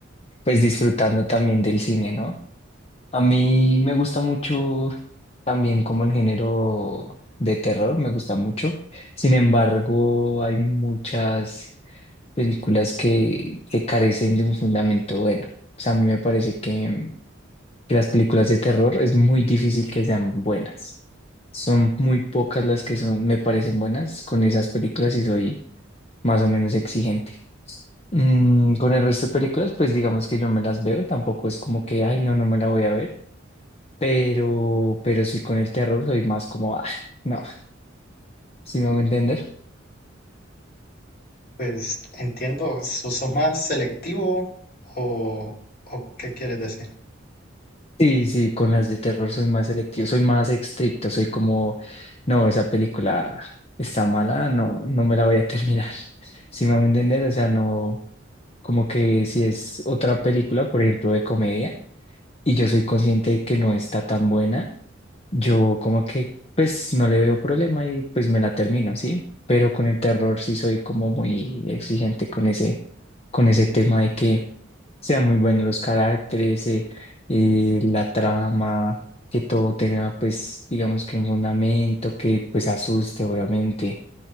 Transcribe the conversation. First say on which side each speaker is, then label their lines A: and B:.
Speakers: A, on the left; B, on the left.
A: pues, disfrutando también del cine, ¿no? A mí me gusta mucho también como el género de terror, me gusta mucho. Sin embargo, hay muchas películas que, que carecen de un fundamento bueno. O sea, a mí me parece que, que las películas de terror es muy difícil que sean buenas. Son muy pocas las que son, me parecen buenas con esas películas y soy más o menos exigente. Mm, con el resto de películas, pues digamos que yo me las veo, tampoco es como que, ay, no, no me la voy a ver, pero, pero sí con el terror soy más como, ah, no, si me voy a entender.
B: Pues entiendo, ¿so- ¿sos más selectivo o, o qué quieres decir?
A: Sí, sí, con las de terror soy más selectivo, soy más estricto, soy como, no, esa película está mala, no, no me la voy a terminar. <laughs> Si me van a entender, o sea, no, como que si es otra película, por ejemplo, de comedia, y yo soy consciente de que no está tan buena, yo como que, pues, no le veo problema y pues me la termino, ¿sí? Pero con el terror sí soy como muy exigente con ese, con ese tema de que sean muy buenos los caracteres, eh, eh, la trama, que todo tenga pues digamos que un fundamento que pues asuste obviamente.